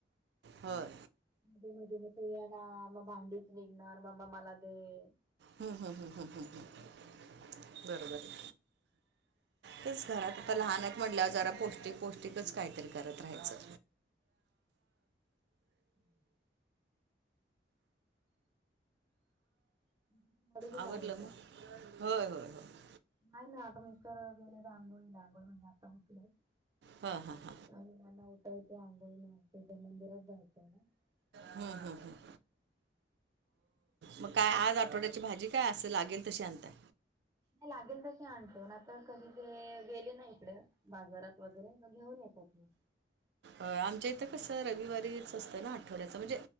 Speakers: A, on the right; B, on the right.
A: होय.
B: मध्ये मध्ये मग तो येणार मग भांडीच निघणार मम्मा मला दे.
A: हम् हम्म हम्म हम्म हम्म हम् बरोबर आहे. तेच घरात आता लहान
B: लाडू
A: आहेत म्हटल्यावर
B: पण
A: जरा पौष्टिक
B: खूप आवडतात
A: पौष्टिकच काहीतरी करत राहायचं.
B: हम्म <unintelligible>
A: आवरलं
B: आवडतात
A: मग होय होय होय
B: नाही ना मिस्टर जांगोळीडांगोळ म्हणजे आता होटले <inaudible>
A: हां हां हां
B: नंग नना ऊट तेी अंगोोल मते मंदिराात जायतेय ना <inaudible>
A: हम्म हम् हम्. मग काय आज आठवड्याची भाजी काय असं लागेल तशी आणताय.
B: नाही लागेल तशी आणतो आता कधी ते गेले ना इकडे. बाजारात वगैरे घेऊन येतात हे.
A: आमच्या इथं कसं रविवारीच असतं ना आठवड्याच म्हणजे